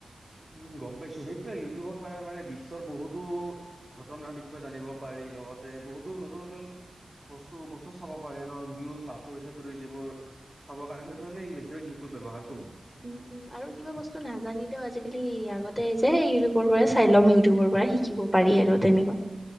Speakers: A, on the right (about 20°); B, in the centre.
A: উম গম পাইছো সেইটোয়ে ইউটিউবৰ সহায়ত মানে বিশ্বৰ বহুতো ঘটনাৰ বিষয়ে জানিব পাৰি লগতে বহুতো নতুন নতুন বস্তু বস্তু চাব পাৰি আৰু নিউজ বাতৰি চাতৰি যিবোৰ চাব কাৰণে হয়টো মে বেছভাগ ইউটিউব ব্যৱহাৰ কৰো
B: উম উম আৰু কিবা বস্তু নাজানিলেও আজিকালি আগতে যে ইউটিউবৰ পৰাই চাই ল'ম ইউটিউবৰ পৰা শিকিব পাৰি আৰু তেনেকুৱা